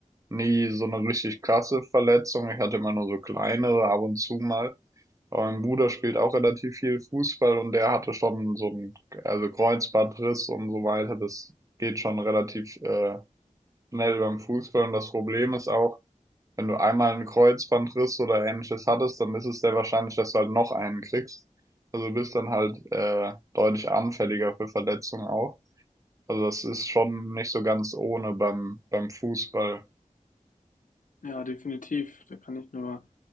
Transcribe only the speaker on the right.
Nie so eine richtig krasse Verletzung. Ich hatte immer nur so kleinere ab und zu mal. Aber mein Bruder spielt auch relativ viel Fußball und der hatte schon so 'n also Kreuzbandriss und so weiter. Das geht schon relativ, äh, schnell beim Fußball. Und das Problem ist auch, wenn du einmal 'n Kreuzbandriss oder Ähnliches hattest, dann ist es sehr wahrscheinlich, dass du halt noch einen kriegst. Also du bist dann halt, äh, deutlich anfälliger für Verletzungen auch. Also das ist schon nicht so ganz ohne beim beim Fußball.